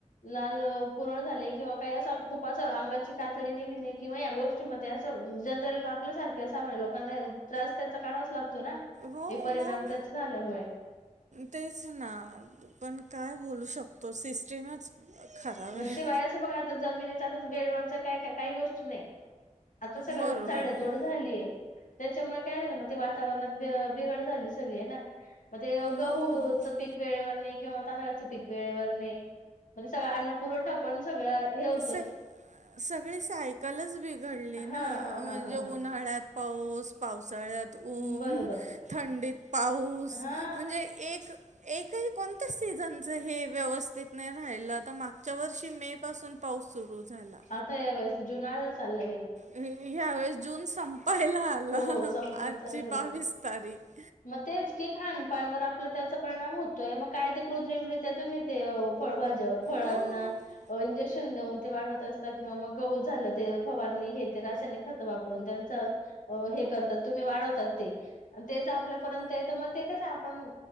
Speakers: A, on the left; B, on the right.
A: लाल पुरळ झाले. किंवा काही असं खूप अस अंगाची कातडी निघणे. किंवा या गोष्टी असं जनरल आपल्या सारखे सामान्य लोकांना त्रास त्याचा काढावाच लागतो ना?
B: हो
A: हे परिणाम
B: मग.
A: त्याच झाल्यामुळे
B: तेच ना. पण काय बोलू शकतो? सिस्टीमच खराब आहे
A: शिवाय असं बघा आता जमिनीच्या आता बेडवरच काही काही गोष्टी नाही. आता सगळं
B: बरोबर
A: झाड
B: नाही
A: तोड झालीय. त्याच्यामुळे काय झालं. मग ते वातावरणात बिघड झाली सगळी ना. मग ते
B: हो
A: गहूच पीक वेळेवर नाही. किंवा तांदळाचं पीक वेळेवर नाही. म ते सगळं अ पुरवठा पण सगळ्या हे हो
B: स सगळे सायकलच बिघडले
A: हा
B: ना.
A: हा
B: म्हणजे
A: हा हा
B: उन्हा
A: हा.
B: उन्हाळ्यात पाऊस, पावसाळ्यात ऊन,
A: बरोबर
B: थंडीत पाऊ ऊस.
A: हा
B: म्हणजे एक एकही कोणत्या सीझनच हे व्यवस्थित नाही राहिलं आता. मागच्या वर्षी मे पासून पाऊस सुरू झाला.
A: आता या वेळेसं त जुन अर्धा चाला गेला.
B: ह्यावेेळेस जून संपायला आला.
A: हो संपत
B: आजची
A: चाललंय बरोबर.
B: बावीस तारीख.
A: मग तेच की खानपानवर आपलं त्याचा परिणाम होतोय. मग काय ते कृत्रिमरित्या तुम्ही ते फळाजी ज फळांना
B: हो
A: अ इंजेक्शन देऊन ते वाढवत असता किंवा मग गहू झालं ते फवारणी हे ते रासायने खत वापरून त्यांच अ हे करतात तुम्ही वाढवता ते तेच आपल्यापर्यंत हायत म ते ते कस आपण